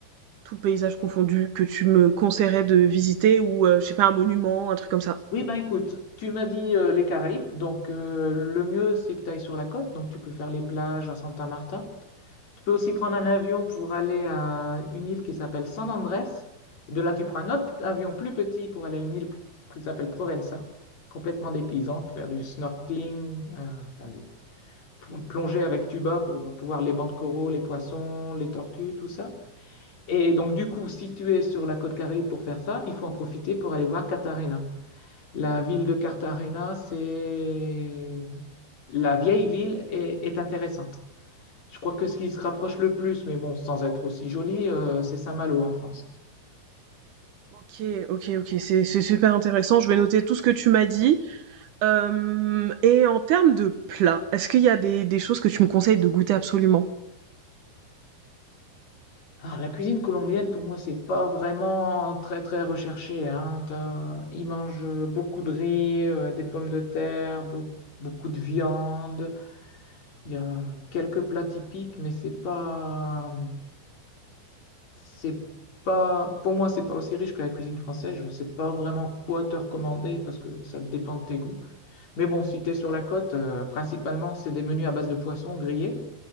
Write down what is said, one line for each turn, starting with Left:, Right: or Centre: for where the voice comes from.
Right: tout paysage confondu, que tu me conseillerais de visiter ou, euh, je sais pas, un monument, un truc comme ça?
Left: Oui, ben écoute, tu m'as dit euh, les Caraïbes, donc euh, le mieux c'est que tu ailles sur la côte, donc tu peux faire les plages à Santa Marta. Tu peux aussi prendre un avion pour aller à une île qui s'appelle San Andrés. De là, tu prends un autre avion plus petit pour aller à une île p- qui s'appelle Provenza, complètement dépaysante, faire du snorkeling, euh, enfin, du- pl- plonger avec tuba pour pouvoir les bancs de coraux, les poissons, les tortues, tout ça. Et donc, du coup, si tu es sur la côte Caraïbe pour faire ça, il faut en profiter pour aller voir Cartagena. La ville de Cartagena, c'est... La vieille ville est est intéressante. Je crois que ce qui se rapproche le plus, mais bon, sans être aussi joli, euh, c'est Saint-Malo en France.
Right: Ok, ok, ok, c'est c'est super intéressant. Je vais noter tout ce que tu m'as dit. Euh, et en termes de plats, est-ce qu'il y a des, des choses que tu me conseilles de goûter absolument?
Left: Alors, la cuisine colombienne, pour moi, c'est pas vraiment très très recherché, hein. T'as- Ils mangent beaucoup de riz, euh, des pommes de terre, beau- beaucoup de viande. Il y a quelques plats typiques, mais c'est pas C'est pas, pour moi, c'est pas aussi riche que la cuisine française. Je sais pas vraiment quoi te recommander parce que ça dépend de tes goûts. Mais bon, si tu es sur la côte, euh, principalement, c'est des menus à base de poissons grillés